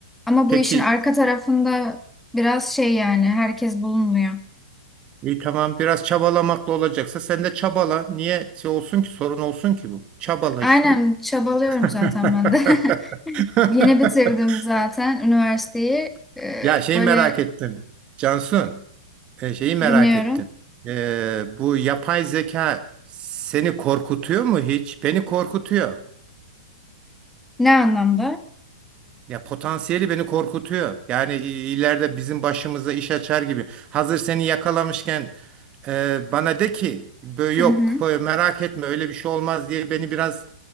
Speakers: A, in the centre; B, on the right.
A: Ama
B: Peki
A: bu işin arka tarafında biraz şey yani herkes bulunmuyor.
B: iyi tamam biraz çabalamakla olacaksa sen de çabala. Niye şey olsun ki sorun olsun ki bu? Çabala
A: Aynen
B: işte.
A: çabalıyorum
B: <laughs>
A: zaten ben de. <laughs> Yeni bitirdim zaten üniversiteyi. Ee,
B: Ya şeyi
A: böyle
B: merak ettim. Cansun, e, şeyi merak
A: dinliyorum.
B: ettim. E, bu yapay zeka seni korkutuyor mu hiç? Beni korkutuyor.
A: Ne anlamda?
B: Ya potansiyeli beni korkutuyor. Yani i- ileride bizim başımıza iş açar gibi. Hazır seni yakalamışken e, bana de ki "Bö-
A: Hı
B: yok
A: hı.
B: e, merak etme öyle bir şey olmaz diye beni biraz